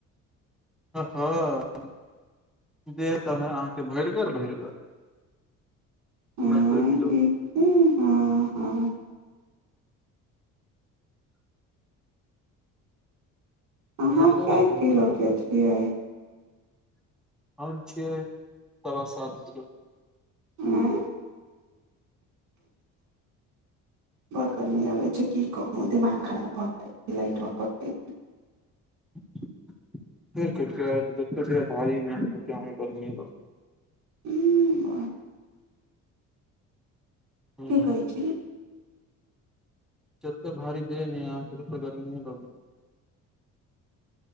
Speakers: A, in the centre; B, on the right.
A: हँ देह तऽ ह अहाँके भरिगर भरिगर
B: आँय
A: नब्बे किलो
B: की हँ हँ अहाँ
A: भरिगर
B: कै
A: आदमी
B: किलोके
A: भलिय तऽ
B: छियै
A: हम छियै सवा सात किलो क
B: ह बात करमे <unintelligible> की कहू दिमाग खराब भड़तै लाइटऽ कटलय
A: <inaudible> जत भी नहिती गर्मी क <unintelligible>
B: ह
A: ह
B: ठीकै जी
A: ततैय भारी देर य आँख तऽ गर्मीए लगो <inaudible>